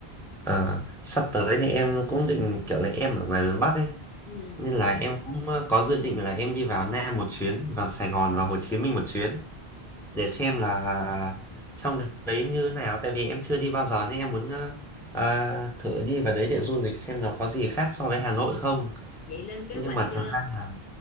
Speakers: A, in the centre; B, on the left (about 75°).
A: Ờ, sắp tới thì em cũng định kiểu là em ở ngoài miền Bắc ấy,
B: ừ
A: nên là em cũng ờ, có dự định là em đi vào Nam một chuyến, vào Sài Gòn và Hồ Chí Minh một chuyến để xem là trong đấy như nào, tại vì em chưa đi bao giờ nên em muốn ờ, ờ, thử đi vào đấy để du lịch xem nó có gì khác so với Hà Nội không.
B: vậy lên kế
A: Nhưng
B: hoạch
A: mà
B: chưa
A: thật ra là